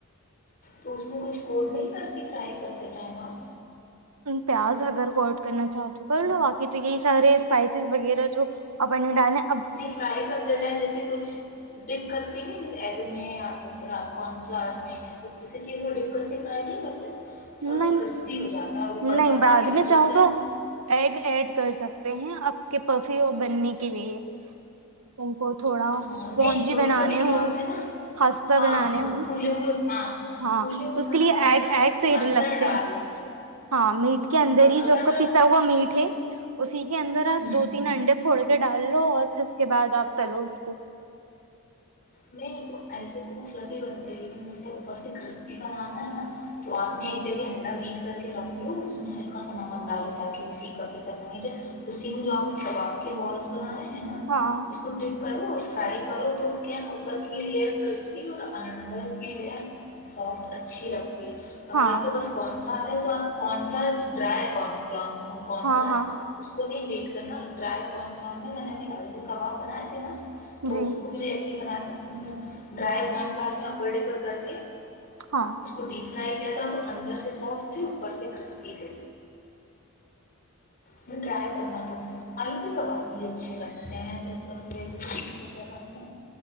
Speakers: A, on the left; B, on the right.
A: تو اس میں کچھ کوڈ نہیں کرتی فرائی کرتے ٹائم آپ
B: پیاز اگر کو ایڈ کرنا چاہو تو کر لو باقی تو یہی سارے اسپائسیز وغیرہ جو آپ اپنے ڈالیں
A: نہیں فرائی کرتے ٹائم جیسے کچھ ڈک کر نہیں ایگ میں یا تو پھر آپ کارن فلر میں ایسے کسی چیز میں ڈک کر کے فرائی نہیں کرتے تھوڑا
B: نہیں
A: سا کرسپی ہو جاتا ہے اوپر
B: نہیں
A: کا
B: بعد
A: لیئر
B: میں
A: جو
B: چاہو
A: ہوتا
B: تو
A: ہے نا
B: ایگ ایڈ کر سکتے ہیں آپ کے پفی اور بننے کے لیے ان کو تھوڑا
A: ہاں
B: اسپونجی
A: نہیں کبھی
B: بنانے
A: کبھی کیا
B: ہوں
A: ہوتا ہے نا
B: خستہ
A: ہاں
B: بنانے
A: اگر
B: ہوں
A: پھولے ہوئے ہاں
B: ہاں
A: پھولے ہوئے
B: تو اس
A: بنانا
B: کے لیے
A: ہے
B: ایگ
A: نا
B: ایگ
A: تو
B: صحیح
A: اندر
B: لگتے
A: ڈال
B: ہاں میٹ کے اندر
A: اور
B: ہی ج
A: اگر
B: آ کا پستا ہوا میٹ ہے اسی کے اندر آپ
A: ہوں
B: دو تین انڈے پھوڑ کے ڈال لو اور پھر اس کے بعد آپ چلو اس کو
A: نہیں تو ایسے تو مصرف ہی بنتے لیکن جیسے اوپر سے کرسپی بنانا ہے نا تو آپ نے ایک جگہ انڈا بیٹ کر کے رکھ لو اس میں ہلکا سا نمک ڈالو تاکہ وہ پیکا پیکا سے اسی میں جو آپ نے کباب کے بالس بنائے ہے نا
B: ہاں
A: اس کو ڈٹپ کرو اس فرائی کرو تو اوپر کی لئر کرسپی اور اندر کی لئر سافٹ اچھی لگتی ہے اگر
B: ہاں
A: آپ کا بس کون سا آ رہا ہے تو آپ کنفلرٹ ڈرائین کونسلر
B: ہاں ہاں
A: اس کو نہیں بی کرنا ڈر نےب کباب بنائے تھے نا تو
B: جی
A: اسکول بناتی ہوں ڈرائی کن فلاور میں اپر ڈے پر کر کے
B: ہاں
A: اسکوٹی فرائی کیا تھا تو اندر سے سافٹ تھے اوپر سے کرسپی تھے ٹرائی کرنا تو آلو کے کباب بھی اچھے لگتے ہیں جب کبھی ویجیٹیبلس وغیرہ ہ